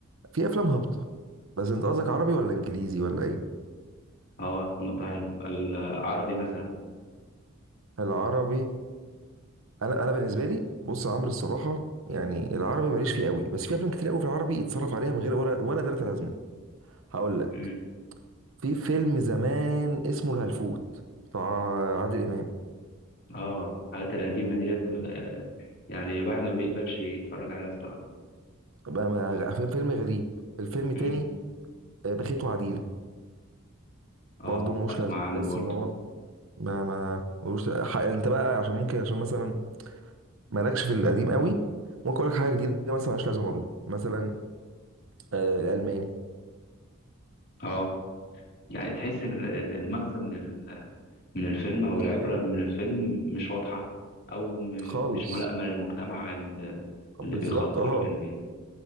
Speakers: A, on the right; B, on the left.
A: في افلام هابطة بس انت قصدك عربي ولا انجليزي ولا ايه
B: اه نقطة حلوة العربي مثلا
A: العربي انا انا بالنسبة لي بص يا عمرو الصراحة يعني العربي ماليش فيه قوي بس في افلام كتير قوي في العربي يتصرف عليها من غير ولا ولا تلاتة لازمة هقول لك
B: مم.
A: في فيلم زمان اسمه الهلفوت بتاع عادل امام
B: اه الحاجات القديمة ديت آه، يعني الواحد ما بيقبلش يتفرج عليها الصراحة
A: بقى ما- فيلم فيلم غريب الفيلم تاني
B: مم.
A: آه، بخيت وعديلة
B: اه
A: برضه ملوش
B: اسمع
A: لازمة
B: عنه
A: تحس
B: برضه
A: ان هو ما ما ملوش ح- انت بقى عشان ممكن عشان مثلا مالكش في القديم قوي ممكن اقول لك حاجة جديدة مثلا ملهاش لازمة برضه مثلا آه، الألماني
B: اه يعني تحس ال- ال- المغزى من من الفيلم أو
A: الفيلم
B: العبرة من الفيلم مش واضحة أو م-
A: خالص
B: مش ملائمة للمجتمع ال-
A: بالظبط
B: اللي بيخاطبه
A: اه
B: الفيلم يعني